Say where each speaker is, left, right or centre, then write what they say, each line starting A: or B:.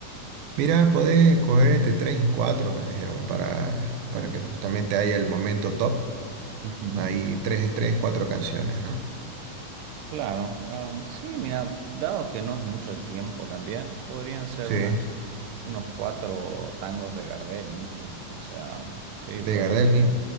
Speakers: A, on the right; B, on the right.
A: Mira, podés escoger entre tres y cuatro, nos dijeron, para, para que justamente haya el momento top.
B: Ujú.
A: Hay tres, tres, cuatro canciones, ¿no?
B: Claro, em, sí, mira, dado que no es mucho el tiempo también, podrían ser
A: Sí,
B: unas, unos cuatro tangos de Gardel mismo, o sea, sí,
A: de
B: podría
A: Gardel
B: ser.